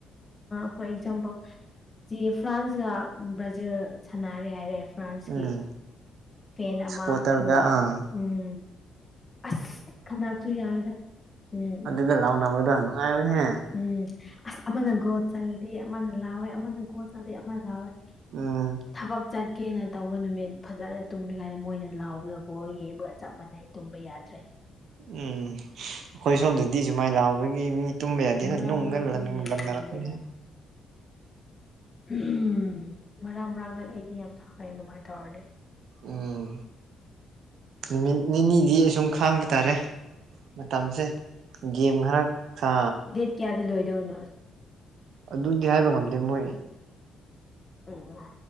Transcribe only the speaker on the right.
ꯎꯝ
ꯁꯄꯣꯔꯇꯔꯒ
ꯑꯥ
ꯂꯥꯎꯅꯕꯥꯗꯣ ꯅꯨꯡꯉꯥꯏꯕꯅꯦꯍꯦ
ꯎꯝ
ꯎꯝ ꯑꯩꯈꯣꯏ ꯁꯣꯝꯗꯗꯤ ꯁꯨꯃꯥꯏꯅ ꯂꯥꯛꯕꯒꯤ ꯃꯤ ꯇꯨꯝ ꯌꯥ ꯑꯗꯨꯅ
ꯅ
ꯂꯅꯔꯅꯦ
ꯎꯝ ꯅꯨꯃꯤꯠ ꯅꯤꯅꯤꯗꯤ ꯑꯁꯨꯝ ꯈꯥꯡꯕ ꯇꯥꯔꯦ ꯃꯇꯝꯁꯦ
ꯒꯦꯝ ꯈꯔ ꯁꯥ
ꯑꯗꯨꯗꯤ ꯍꯥꯏꯕ ꯉꯝꯗꯦ ꯃꯣꯏꯅꯦ